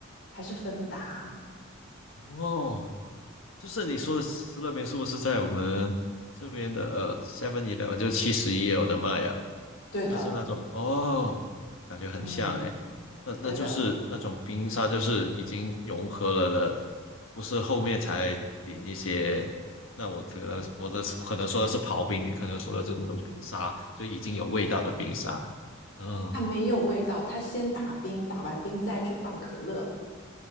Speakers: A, on the left; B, on the left.
A: 还是芬达？
B: 哦，就是你说的斯乐冰是不是在我们这边的呃 Seven Eleven 就七十一也有的妈呀？
A: 对的，
B: 就是那种哦，感觉很像哎，
A: 嗯，
B: 那那就是那种冰沙，
A: 对的。
B: 就是已经融合了的，不是后面才淋一些。那我可能我的可能说的是刨冰，你可能说的是那种冰沙，就已经有味道的冰沙。嗯，
A: 它没有味道，它先打冰，打完冰再去放可乐。